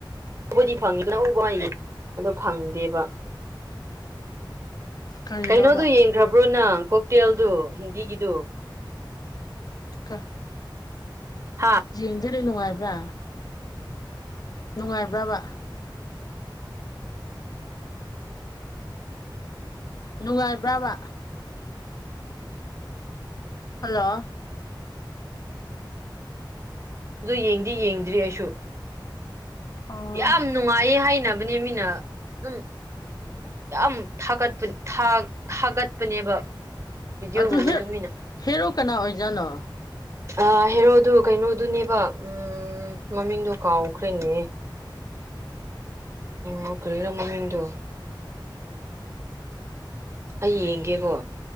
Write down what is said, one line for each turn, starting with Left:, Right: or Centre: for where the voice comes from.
Right: ꯎꯕꯗꯤ ꯐꯪꯉꯤ ꯀꯅ ꯎꯕ ꯍꯥꯏꯅꯤ ꯑꯗꯣ ꯐꯪꯗꯦꯕ
Left: ꯀꯔꯤꯅꯣꯕ
Right: ꯀꯩꯅꯣꯗꯨꯣ ꯌꯦꯡꯈ꯭ꯔꯕ꯭ꯔꯣ ꯅꯪ ꯀꯣꯛꯇꯦꯜꯗꯨ ꯍꯤꯟꯗꯤꯒꯤꯗꯨ
Left: ꯀ
Right: ꯍꯥ
Left: ꯤꯡꯖꯔꯤ ꯅꯅꯨꯡꯉꯕꯥ ꯅꯨꯡꯉꯥꯏꯕ꯭ꯔꯕ ꯅꯨꯡꯉꯥꯏꯕ꯭ꯔꯥꯕ ꯍꯜꯂꯣ
Right: ꯑꯗꯨ ꯌꯦꯡꯗꯤ ꯌꯦꯡꯗ꯭ꯔꯤ ꯑꯩꯁꯨ
Left: ꯑꯣ
Right: ꯌꯥꯝ ꯅꯨꯡꯉꯥꯏꯌꯦ ꯍꯥꯏꯅꯤ ꯅꯕꯅꯦ ꯃꯤꯅ ꯑꯗꯨꯝ ꯌꯥꯝꯥꯒꯠꯄ ꯊꯥꯒꯠꯄꯅꯦꯕ ꯚꯤꯗꯤꯑꯣꯒꯨꯝꯕꯗꯣ
Left: ꯑꯗꯨ
Right: ꯃꯤꯅ
Left: ꯍꯦꯔꯣ ꯀꯅꯥ ꯑꯣꯏꯖꯥꯠꯅꯣ
Right: ꯑ ꯍꯔꯣꯗꯨ ꯀꯩꯅꯣ ꯑꯗꯨ ꯅ ꯎꯝ ꯃꯃꯤꯡꯗꯣ ꯀꯥꯎꯈ꯭ꯔꯦꯅꯦ ꯑꯣ ꯀꯔꯤꯔꯃ ꯍꯗꯨ ꯑꯩ ꯌꯦꯡꯒꯦꯀꯣ